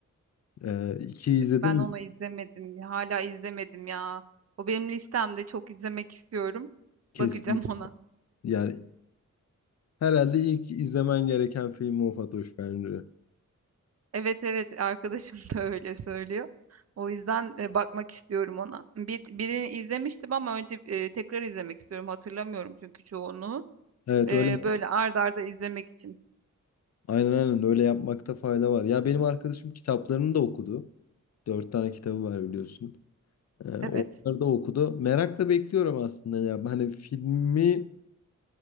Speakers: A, on the left (about 55°); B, on the right (about 50°).
A: E, ikiyi izledin
B: Ben
A: mi?
B: onu izlemedim. Hala izlemedim ya. O benim listemde çok izlemek istiyorum.
A: Kesin.
B: Bakacağım <laughs> ona.
A: Yani herhalde ilk izlemen gereken film o Fatoş bence.
B: Evet evet arkadaşım da öyle söylüyor. O yüzden e, bakmak istiyorum ona. Bir, birini izlemiştim ama önce e, tekrar izlemek istiyorum. Hatırlamıyorum çünkü çoğunu.
A: Evet
B: E,
A: öyle.
B: böyle ard arda izlemek için.
A: Aynen aynen öyle yapmakta fayda var. Ya benim arkadaşım kitaplarını da okudu. Dört tane kitabı var biliyorsun. Ee, Onları
B: Evet.
A: da okudu. Merakla bekliyorum aslında ya. Hani filmi